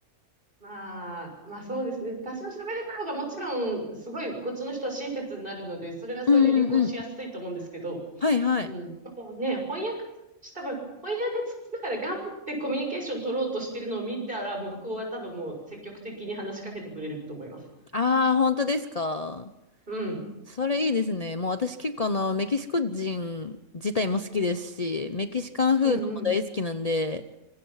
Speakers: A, on the right; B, on the left.
A: まあ、まあそうですね。多少喋れた方がもちろん、すごい、こっちの人は親切になるので、それはそれで旅行しやすいと思うんですけど、
B: うんうんうん。はいはい。
A: うん。でもね、翻訳、多分、翻訳つきながら頑張ってコミュニケーション取ろうとしてるのを見たら、向こうは多分もう積極的に話しかけてくれると思います。
B: ああ、本当ですか。
A: うん。
B: それいいですね。もう私結構あの、メキシコ人自体も好きですし、メキシカンフードも大好きなんで、
A: うん、うん。